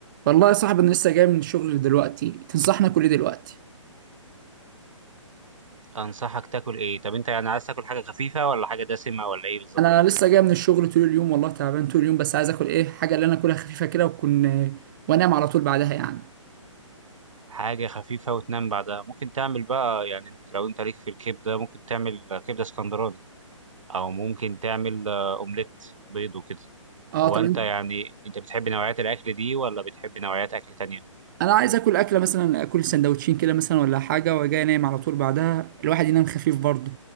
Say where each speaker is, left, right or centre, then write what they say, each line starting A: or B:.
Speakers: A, on the right; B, on the right.
A: والله يا صاحبي انا لسه جاي من الشغل دلوقتي تنصحنا كل إيه دلوقتي
B: انصحك تاكل ايه طب انت يعني عايز تاكل حاجه خفيفه ولا حاجه دسمه ولا ايه بالظبط
A: انا لسه جاي من الشغل طول اليوم والله تعبان طول اليوم بس عايز اكل ايه حاجه اللي انا اكلها خفيفه كده وكن وانام على طول بعدها يعني
B: حاجه خفيفه وتنام بعدها ممكن تعمل بقى يعني انت لو انت ليك في الكبده ممكن تعمل كبده اسكندراني او ممكن تعمل آه، اومليت بيض وكده
A: اه
B: هو
A: طبعا
B: انت يعني انت بتحب نوعيات الاكل دي ولا بتحب نوعيات اكل تانية
A: انا عايز اكل اكله مثلا اكل سندوتشين كده مثلا ولا حاجه وجاي انام على طول بعدها الواحد ينام خفيف برضه